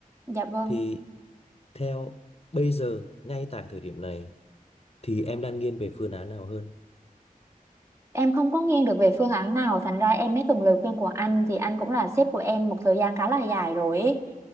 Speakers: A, on the right (about 20°); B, on the left (about 45°).
A: dạ vâng
B: thì theo bây giờ ngay tại thời điểm này thì em đang nghiêng về phương án nào hơn
A: em không có nghiêng được về phương án nào thành ra em mới cần lời khuyên của anh thì anh cũng là sếp của em một thời gian khá là dài rồi ấy.